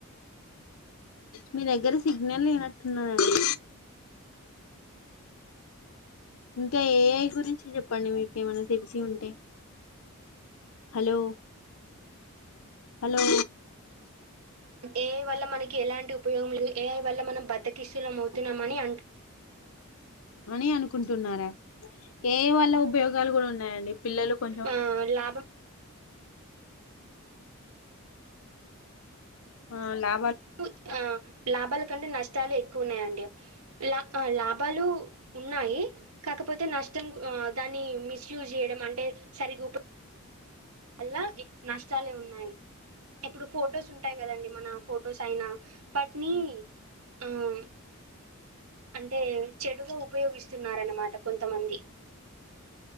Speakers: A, on the left (about 70°); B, on the right (about 80°).
A: మీ దగ్గర సిగ్నల్ లేనట్టున్నాదండి ఇంక ఏ ఐ గురించి చెప్పండి మీకేమన్నా తెలిసి ఉంటే హలో హలో
B: ఏ ఐ వల్ల మనకి ఎలాంటి ఉపయోగం లేదు, ఏ ఐ వల్ల మనం బద్దకిస్తులం అవుతున్నామని అన్.
A: అనీ అనుకుంటున్నారా ఏ ఐ వళ్ళ ఉపయోగాలు గూడా ఉన్నాయండి. పిల్లలు కొంచెం
B: ఆహ్, లాభ
A: ఆ లా
B: <unintelligible> ఆ లాభాల్ కంటే నష్టాలే ఎక్కువ ఉన్నాయండి, లా లాభాలూ ఉన్నాయి. కాకపోతే నష్టం గు ఆ దాన్ని మిస్ యూజ్ చేయడం అంటే సరిగ్గ ఉప. అల్లా ఇ నష్టాలే ఉన్నాయి ఇప్పుడు ఫొటోస్ ఉంటాయి కదండి మన ఫొటోస్ అయినా వాటిని ఆమ్ అంటే చెడుగా ఉపయోగిస్తున్నారన్నమాట కొంతమంది